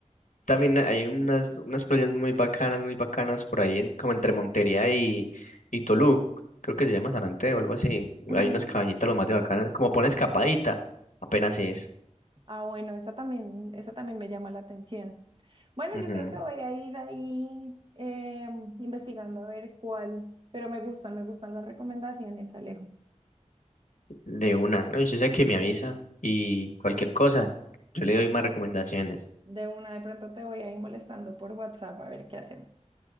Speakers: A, on the left (about 85°); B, on the right (about 45°).
A: También hay unas, unas playas muy bacanas, muy bacanas por ahí, en- como entre Montería y, y Tolú. Creo que se llama San Andrés o algo así.
B: Ujú.
A: Hay unas cabañitas lo más de bacanas. Como pone escapadita, apenas es.
B: Ah, bueno, esa también, esa también me llama la atención. Bueno,
A: Ujú,
B: yo creo que voy a ir ahí eh, investigando a ver cuál, pero me gustan, me gustan las recomendaciones, Alejo.
A: De una, ¿no? Yo sé que me avisa y cualquier cosa, yo le doy más recomendaciones.
B: De una, de pronto te voy a ir molestando por WhatsApp a ver qué hacemos.